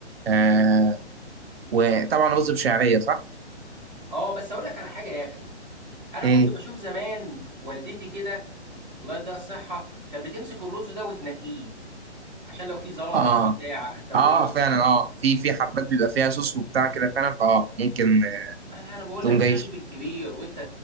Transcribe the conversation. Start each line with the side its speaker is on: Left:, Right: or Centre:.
Right: آه، وطبعا رز بشعريه صح؟
Centre: اه بس اقول لك على حاجه يا اخي انا
Right: امم
Centre: كنت بشوف زمان والدتي كده الله يديها الصحه كانت بتمسك الرز ده وتنقيه عشان لو في زلطه
Right: اه
Centre: في بتاع طب
Right: اه
Centre: هو
Right: فعلا اه في في حبات بيبقى فيها صوص وبتاع كده فعلا فاه ممكن آه،
Centre: انا انا بقول
Right: تقوم
Centre: لك
Right: جاي
Centre: الشيف الكبير وانت